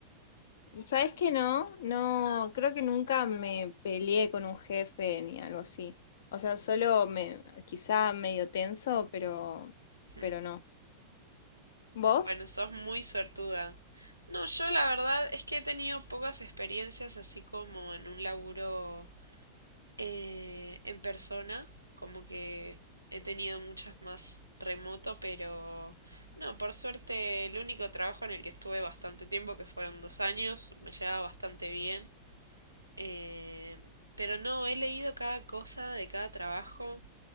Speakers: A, on the left; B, on the right.
A: ¿Sabes que no? No, creo que nunca me peleé con un jefe ni algo así. O sea, solo me, quizá medio tenso, pero,
B: Mm,
A: pero no. ¿Vos?
B: Bueno, sos muy suertuda. No, yo la verdad es que he tenido pocas experiencias así como en un laburo eh, en persona, como que he tenido muchas más remoto, pero no, por suerte el único trabajo en el que estuve bastante tiempo, que fueron dos años, me llevaba bastante bien. eh, pero no, he leído cada cosa de cada trabajo.